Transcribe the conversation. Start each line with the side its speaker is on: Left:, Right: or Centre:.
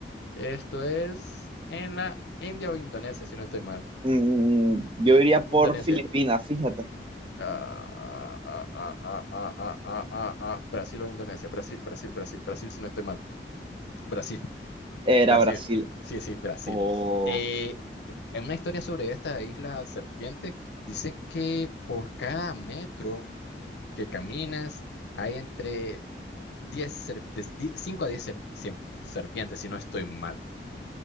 Left: Esto es en la India o Indonesia, si no estoy mal.
Right: Mm, yo iría por
Left: Indonesia.
Right: Filipinas, fíjate.
Left: Ah, ah, ah, ah, ah, ah, ah, ah, ah, ah, Brasil o Indonesia. Brasil, Brasil, Brasil, Brasil, si no estoy mal. Brasil,
Right: Era
Left: Brasil.
Right: Brasil.
Left: Sí, sí, Brasil.
Right: O,
Left: Eh, en una historia sobre esta isla serpiente, dice que por cada metro que caminas, hay entre diez ser- de 5 a diez se- siem- serpientes, si no estoy mal.